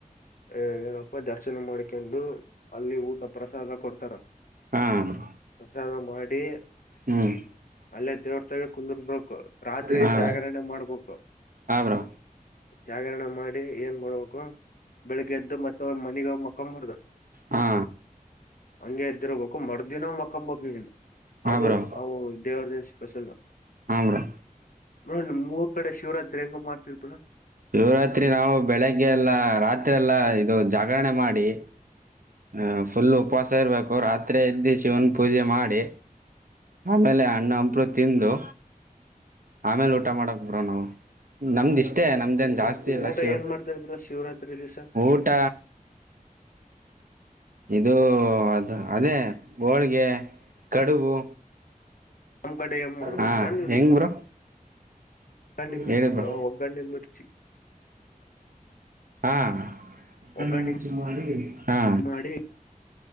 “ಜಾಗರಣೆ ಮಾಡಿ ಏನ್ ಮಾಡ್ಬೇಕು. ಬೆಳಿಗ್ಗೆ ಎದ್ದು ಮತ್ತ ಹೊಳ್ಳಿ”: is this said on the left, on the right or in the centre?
Left